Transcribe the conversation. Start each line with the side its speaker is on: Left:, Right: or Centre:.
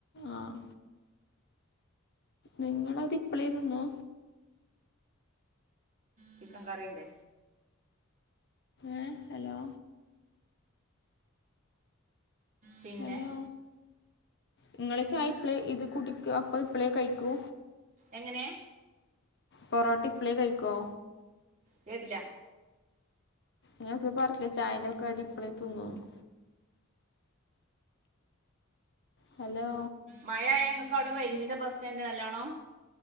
Left: ആഹ് നിങ്ങളത് ഇപ്പോളേ തീന്നോ
Right: ചിക്കൻ കറിണ്ട്
Left: ഏ ഹലോ
Right: പിന്നെ
Left: ഹലോ നിങ്ങള് ചായ ഇപ്പളെ ഇത് കുടിക്ക അപ്പ ഇപ്പളേ കഴിക്കു
Right: എങ്ങനെ
Left: പൊറോട്ട ഇപളേ കഴിക്കോ
Right: കേട്ടില്ല
Left: ഞാൻ ഇപ്പ പറഞ്ഞില്ലേ ചായേന്റെ കടി ഇപ്പളേ തിന്നോന്ന് ഹലോ
Right: മഴ ആയ ങ്ങൾക്ക് അവിടെ റൈഞ്ചിന്റെ പ്രശ്നംണ്ട് നല്ലാണം